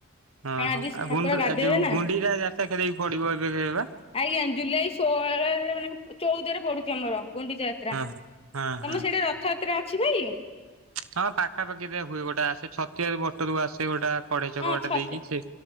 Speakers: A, on the right (about 85°); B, on the left (about 30°).
A: ହଁ
B: କାରଣ
A: ହଉ
B: ଆଜି
A: ଆଉ
B: ଠାକୁର
A: ଗୁଣ୍ଡୁ
B: ଗାଧେଇବେ
A: ଯୋଉ
B: ନା।
A: ଗୁଣ୍ଡିଚା ଯାତ୍ରା ପଡିବ ଏବେ କେବେ ବା
B: ଆଜ୍ଞା ଜୁଲାଇ ଷୋହଳରେ ମାନେ ଚଉଦରେ ପଡୁଛି ଆମର। ଗୁଣ୍ଡିଚା ଯାତ୍ରା
A: ହଁ
B: ତମର
A: ହଁ ହଁ
B: ସିଆଡେ ରଥଯାତ୍ରା ଅଛି ଭାଇ
A: ହଁ ପାଖାପାଖି ଦିଆ ହୁଏ ଗୋଟେ ଆସେ ଛତିଆ ବଟରୁ ଆସେ ଗୋଟେ କଢେଇ ଛକ
B: ହଁ
A: ବାଟେ
B: ଛତିଆ
A: ଦେଇକି ସେ